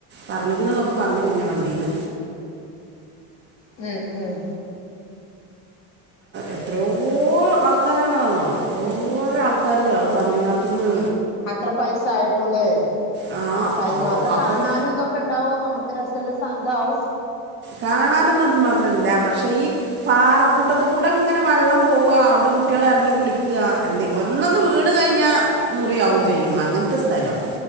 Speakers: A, on the right; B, on the left.
A: പറഞ്ഞികണ്എന്നൊക്കെ പറഞ്ഞു പിന്നെ വണ്ടീന്ന്.
B: ഉം ഉം
A: എത്രയോ ആൾക്കാരണന്നോ എത്രയോര ആൾക്കാര് അത് തമിഴ്നാട്ടിന്ന്
B: അത്ര പൈസ ആയിട്ടുല്ലേ?
A: ആ
B: അപ്പൊ അതിന്
A: ഔ
B: മാത്രം
A: അപ്പം
B: കാണാനും ഇതൊക്കെ ഇണ്ടാവോ? നമുക്ക് രസ മെല്ലാം ഇതാവവും.
A: കാണാനൊന്നുഅതിനുമാത്രമില്ല. പക്ഷെ ഈ പാറക്കൂട്ടത്ത് കൂടെ ഇങ്ങനെ വെള്ളം പോവാ. അവിടെ കുട്ടികളെ ഇറങ്ങി കുളിക്കുക. എ ഒന്നൊന്ന് വീണ് കഴിഞ്ഞാൽ മുറിയാവുക ചെയ്യും. യ്യും അങ്ങനത്തെ സ്ഥലം.